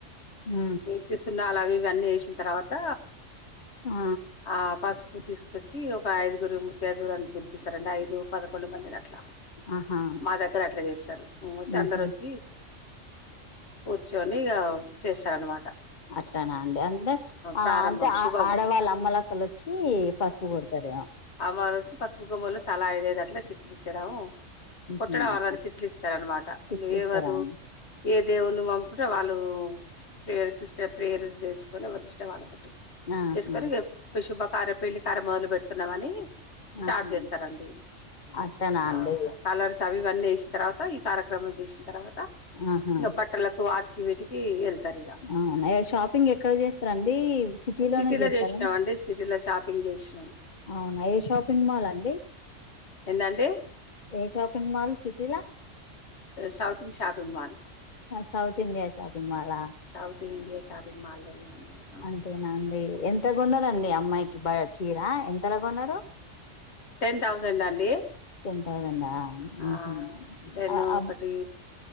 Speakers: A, on the left; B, on the left.
A: ఉ
B: ఈ సున్నాలు అవి ఇవి అన్నీ వేసిన తర్వాత
A: ఆ
B: ఆ పసుపు తీసుకొచ్చి ఒక ఐదుగురి ముత్యదుగురుని పిలిపిస్తారండి ఐదు పదకొండు మందిని అట్ల
A: ఆహా
B: మా దగ్గర అట్ల చేస్తరు వచ్చి
A: ఉహు
B: అందరు వచ్చి కూర్చొని ఇగ చేస్తారనమాట
A: అట్లన అండి అంతె ఆ
B: ప్రారంభం
A: అంటే ఆ
B: శుభం
A: ఆడవాళ్ళ అమ్మలక్కలొచ్చి పసుపు కొడతారేమో
B: అమ్మళ్ళు వచ్చి పసుపు కొమ్మని తలా ఐదు ఐదు అట్లా చిట్లిచ్చడము
A: ఉహు
B: కొట్టడం
A: అట్లా
B: అళని చిట్లిస్తారనమాట
A: చిట్లు ఇస్తారా
B: ఎవరు
A: అండి
B: ఏ దేవుణ్ని పమ్ముకుంటే వాళ్ళు ప్రేయ క్రిస్టియ ప్రేయర్ చేసుకుని వరి ఇష్టం వాళ్ళ
A: ఆహా
B: చేసుకొని శుభకార పెళ్లి కార మొదలు పెడుతున్నామని స్టార్ట్
A: ఆహా
B: చేస్తారండి
A: అట్లనా
B: ఆ
A: అండి
B: కలర్స్ ఇవన్నీ వేసిన తర్వాత ఈ కార్యక్రమం చేసిన తర్వాత
A: ఆహా
B: ఇం బ ట్టలకు వాటికి వీటికి వెళ్తారు ఇగ
A: అవున షాపింగ్ ఎక్కడ చేస్తారండి సిటీలోనే
B: సిటీలో
A: చేస్తారా
B: చేసినాం అండి సిటీలో షాపింగ్ జేసినాం
A: అవునా ఏ షాపింగ్ మాల్ అండి
B: ఎంటండి
A: ఏ షాపింగ్ మాల్ సిటీల
B: సౌతింగ్ shopping mall
A: south India shopping మాల
B: సౌత్ ఇండియా షాపింగ్ మాల్ ఎలా ఉన్నారు
A: అంతేనా అండి ఎంతగొన్నారు అండి అమ్మాయికి చీర ఎంతలగా కొన్నారు
B: టెన్ థౌజండ్ అండి
A: టెన్ తౌసండ్ ఆ ఉహు
B: ఆ టెన్
A: ఆ అబ్
B: ఒకటి